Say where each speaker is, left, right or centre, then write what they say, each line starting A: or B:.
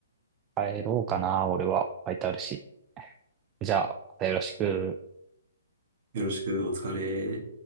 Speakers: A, on the right; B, on the right.
A: 帰ろうかな、俺は。ファイトあるし。じゃあ、またよろしく。
B: よろしく、お疲れ。